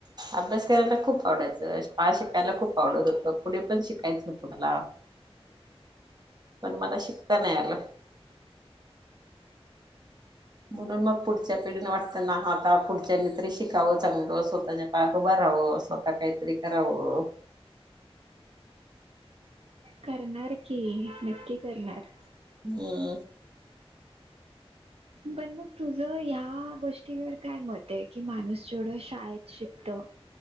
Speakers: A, on the right; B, on the right.
A: अभ्यास करायला खूप आवडायचं, शळा शिकायला खूप आवडत होतं. पुढे पण शिकायचं होत मला, पण मला शिकता नाही आलं. म्हणून मग पुढच्या पिढीनं वाटतं ना आता पुढच्यांनी तरी शिकाव चांगलं स्वतःच्या पायावर उभा राहव अस का काय तरी कराव.
B: करणार की नक्की करणार.
A: हम्म.
B: बण म तुझ ह्या गोष्टीवर काय मत आहे? की माणूस जेवढं शाळेत शिकतो.